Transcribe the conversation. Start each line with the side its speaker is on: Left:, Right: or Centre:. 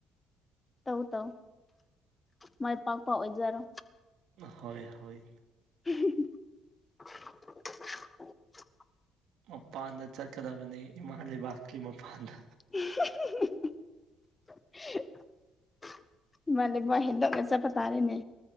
Left: ꯇꯧ ꯇꯧ ꯃꯥꯏ ꯄꯥꯛꯄ ꯑꯣꯏꯖꯔꯣ
Right: ꯍꯣꯏ ꯍꯣꯏ
Left: ꯎꯝ ꯍꯨꯝ ꯍꯨꯝ
Right: ꯃꯄꯥꯟꯗ ꯆꯠꯀꯗꯕꯅꯦ ꯏꯃꯥ ꯂꯩꯕꯥꯛꯀꯤ ꯃꯄꯥꯟꯗ
Left: <unintelligible> ꯃꯅꯦ ꯕꯥꯏ ꯍꯟꯗꯛꯅ ꯆꯠꯄꯇꯔꯦꯅꯦ